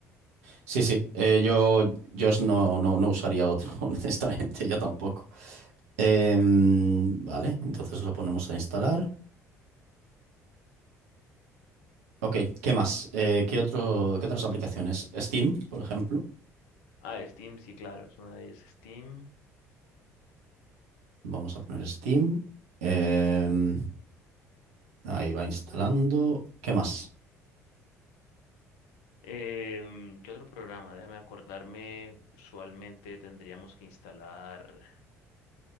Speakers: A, on the right; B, on the left.
A: Sí, sí. Eh, yo, yo es- no, no, no usaría otro, <laughs> honestamente. Yo tampoco. Em, vale. Entonces lo ponemos a instalar. Ok. ¿Qué más? Eh, ¿qué otro, qué otras aplicaciones? Steam, por ejemplo.
B: Ah, Steam, sí, claro, es una de ellas, Steam.
A: Vamos a poner Steam. Em, ahí va instalando. ¿Qué más?
B: Em, ¿qué otro programa? Déjame acordarme. Usualmente tendríamos que instalar.